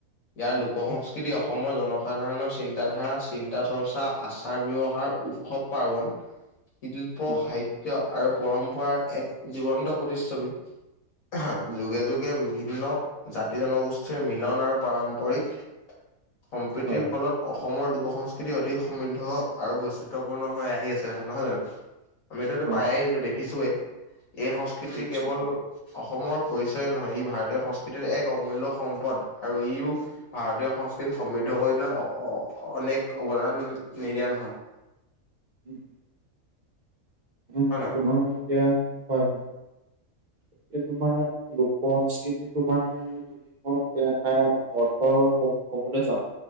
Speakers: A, on the left (about 75°); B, on the right (about 40°).
A: ইয়াৰ লোক
B: হয়
A: সংস্কৃতি অসমৰ জন সাধাৰণৰ চিন্তাধাৰা, চিন্তা- চৰ্চা, আচাৰ -ব্যৱহাৰ, উৎসৱ- পাৰ্বন শিল্প
B: হয়
A: -সাহিত্য আৰু পৰম্পৰাৰ এক জীৱন্ত প্ৰতিচ্ছবি অহ
B: হয়
A: যুগে যুগে বিভিন্ন জাতি জনগোষ্ঠীৰ মিলন আৰু পাৰম্পৰিক সম্প্ৰীতিৰ
B: হয় হয়
A: ফলত অসমৰ লোক সং স্কৃতি অধিক সমৃদ্ধ আৰু বৈচিত্ৰপূৰ্ণ হৈ আহি আছে নহয় জানো? আমিতো এইটো
B: হয়
A: পাইয়ে
B: হয়।
A: আহিছো দেখিছোৱে, এই সংস্কৃতি
B: ঠিকেই কৈছে
A: কেৱল
B: হয়।
A: অসমৰ পৰিচয় নহয় ই ভাৰতীয় সংস্কৃতিৰ এক অমূল্য সম্পদ আৰু ইও ভাৰতীয় সংস্কৃতিক সমৃদ্ধ কৰি তোলাত অ - অ -অনেক
B: উম,
A: অৱদান নিদিয়া নহয়
B: উ, উ,
A: হয়
B: তোমাৰ এতিয়া হয়, হয়। <unintelligible> লোকসংস্কৃতি তোমাৰ সেই <unintelligible> এটা অৰ্থ ক ক'বলৈ যাওঁ